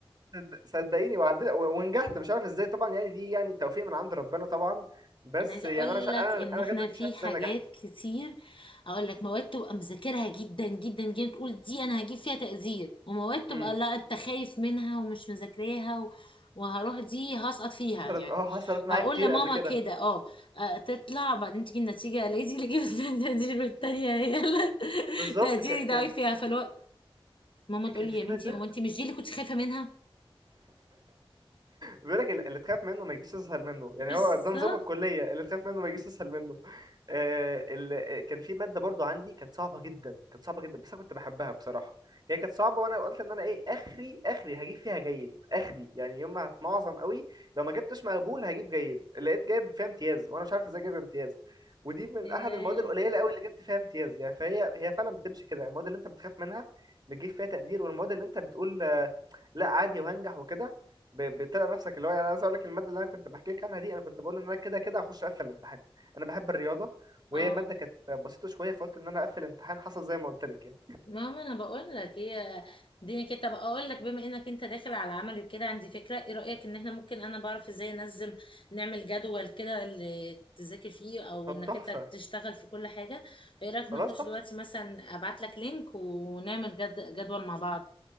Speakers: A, on the right; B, on the left.
A: صد- صدقيني وعدت ونجحت مش عارف إزاي طبعا يعني دي يعني توفيق من عند ربنا طبعا بس
B: انا عايزه
A: يعني
B: اقول
A: أنا مش ع-
B: لك ان
A: أنا أنا
B: احنا
A: لغاية دلوقتي
B: في
A: مش عارف
B: حاجات
A: إزاي نجحت
B: كتير اقول لك مواد تبقى مذاكرها جدا جدا جدا تقول دي انا هجيب فيها تقدير ومواد تبقى
A: امم
B: لا انت خايف منها ومش مذاكراها و... وهروح دي هسقط فيها
A: حصلت
B: يعني
A: أه حصلت معايا
B: هقول
A: كتير
B: لماما
A: قبل كده
B: كده اه آه، تطلع بعدين تيجي النتيجه الاقي دي اللي جبت فيها التقدير والتانيه هي اللي <laughs>
A: بالظبط
B: تقديري
A: ك-
B: ضعيف
A: كان
B: فيها فالوقت ماما تقول
A: كان
B: لي
A: في
B: يا بنتي
A: مادة
B: هو انت مش دي اللي كنت خايفه منها
A: بيقول لك اللي تخاف منه ما يجيش تسهل منه
B: بالظبط
A: يعني هو ده نظام الكلية اللي تخاف منه ما يجيش تسهل منه آه ال... كان في مادة برضو عندي كانت صعبة جدا كانت صعبة جدا بس أنا كنت بحبها بصراحة هي كانت صعبة وأنا قلت إن أنا إيه آخري آخري هجيب فيها جيد آخري يعني يوم ما هتمعظم قوي لو ما جبتش مقبول هجيب جيد لقيت جايب فيها امتياز وأنا مش عارف إزاي جايب امتياز ودي من
B: إيه.
A: أحد المواد القليلة قوي اللي جبت فيها امتياز يعني فهي هي فعلا بتمشي كده المواد اللي أنت بتخاف منها بتجيب فيها تقدير والمواد اللي أنت بتقول آه، لا عادي وهنجح وكده ب- بتلاقي نفسك اللي هو يعني عايز اقول لك الماده اللي انا كنت بحكي لك عنها دي انا كنت بقول ان انا كده كده هخش اقفل الامتحان انا بحب الرياضه وهي
B: اه
A: ماده كانت بسيطه شويه فقلت ان انا اقفل الامتحان حصل زي ما قلت لك يعني
B: ماما انا بقول لك هي دي كده طب اقول لك بما انك انت داخل على عمل كده عندي فكره ايه رايك ان احنا ممكن انا بعرف ازاي انزل نعمل جدول كده اللي تذاكر فيه او
A: طب
B: انك
A: تحفه
B: انت تشتغل في كل حاجه فايه رايك
A: خلاص
B: نخش
A: تحفه
B: دلوقتي مثلا ابعت لك لينك ونعمل جد... جدول مع بعض